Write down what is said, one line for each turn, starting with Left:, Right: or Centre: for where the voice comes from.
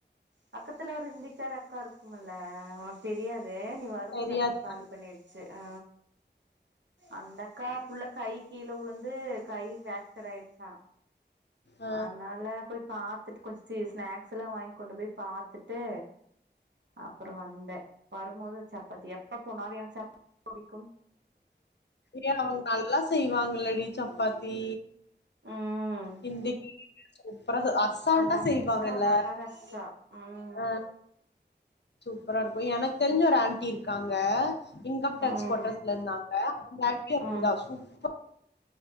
Right: பக்கத்துல ஒரு இந்திக்கார அக்கா இருக்குமுல்ல உனக் தெரியாது நீ வரும்போது
Left: தெரியாது
Right: அக்கா காலி பண்ணிர்ச்சு அ அந்த அக்கா புள்ள கை கீழ உழு ந்து கை ஃபிராக்சர் ஆயிருச்சா
Left: ஆ
Right: அதனால போய் பாத்துட்டு கொஞ்ச தி ஸ்நாக்ஸ் எல்லா வாய்ங் கொண்டு போய் பாத்துட்டு அப்புற வந்தே வருமோ து சப்பாத்தி எப்ப போனாலு எனக் <inaudible>
Left: ஏ அவுங் நல்லா செய்வாங்கள்லடி சப்பா தீ
Right: ம்
Left: ஹிந்தி சூப்பரா அசால்ட்டா
Right: அந்த அக்கா
Left: செய்வாங்கல்ல
Right: மகாராஷ்டிரா ம்
Left: அ சூப்பராரு கு எனக் தெரிஞ்ச ஒரு ஏன்ட்டி இருக்காங்க இன்கம் டேக்ஸ்
Right: ம்
Left: கோட்ரஸ்ல இந்தாங்க வாழ்க்கையு அப்பிடிதா
Right: ம்
Left: சூப்ப